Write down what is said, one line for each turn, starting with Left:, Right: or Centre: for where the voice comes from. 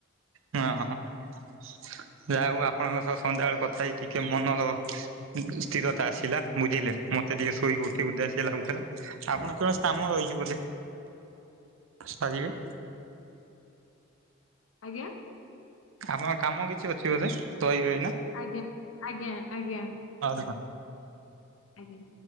Right: ହଁ ଅଁ ଯାହା ହଉ ଆପଣଙ୍କ ସହ ସନ୍ଧ୍ୟାବେଳେ କଥା ହେଇି ଟିକେ ମନର ସ୍ଥିରତା ଆସିଲା ବୁଝିଲେ ମତେ ଟିକେ ଶୋଇ ଟିଏ ଉଦାସିଆ ଲାଗୁଥିଲା, ଆପଣଙ୍କ କାମ ରହିଛି ବୋଧେ! ସାରିବେ।
Left: ଆଜ୍ଞା।
Right: ଆପଣଙ୍କ କାମ କିଛି ଅଛି ବୋଧେ! ରହିବେ ଏଇନା!
Left: ଆଜ୍ଞା, ଆଜ୍ଞା, ଆଜ୍ଞା।
Right: ଆଉ ଦେଖା।
Left: ଆଜ୍ଞା।